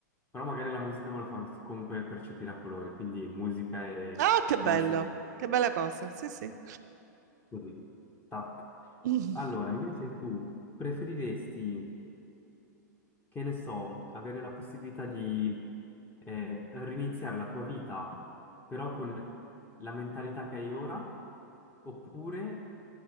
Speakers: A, on the left; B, on the right.
A: però magari la musica me lo fa comunque percepire a colori, quindi musica e,
B: Ah, che bello,
A: e vista in-
B: che bella cosa. Sì, sì.
A: così. Tac.
B: Mm.
A: Allora, invece tu preferiresti che ne so, avere la possibilità di eh, riniziare la tua vita però con la mentalità che hai ora, oppure